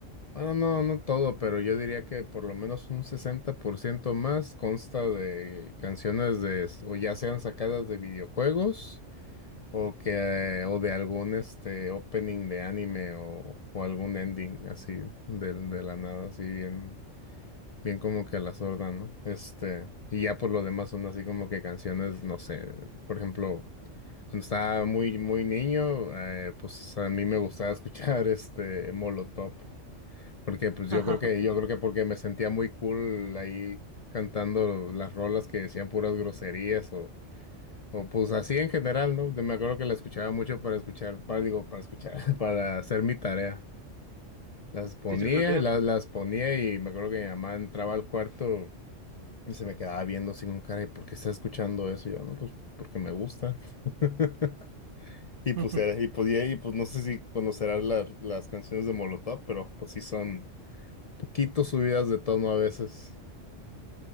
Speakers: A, on the left; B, on the right.
A: bueno, no, no todo, pero yo diría que por lo menos un 60% más consta de canciones de, o ya sean sacadas de videojuegos. O que, o de algún este opening de anime o, o algún ending así del de la nada, así bien, bien como que a la sorda, ¿no? Este, y ya por lo demás son así como que canciones, no sé, por ejemplo, cuando estaba muy, muy niño, eh, pues a mí me gustaba escuchar <laughs> este Molotov, porque pues yo
B: <laughs> Ajá.
A: creo que, yo creo que porque me sentía muy cool ahí cantando las rolas que decían puras groserías o pues así en general, ¿no? De- Me acuerdo que la escuchaba mucho para escuchar, para, digo, para escuchar, <laughs> para hacer mi tarea. Las ponía,
B: Sí, yo creo que,
A: las, las ponía y me acuerdo que mi mamá entraba al cuarto y se me quedaba viendo así con cara, ¿y por qué está escuchando eso? Y yo, no, pues porque me gusta. <laughs> Y pues
B: <laughs>
A: era, y podía, y pues no sé si conocerás la- las canciones de Molotov, pero pues sí son poquito subidas de tono a veces.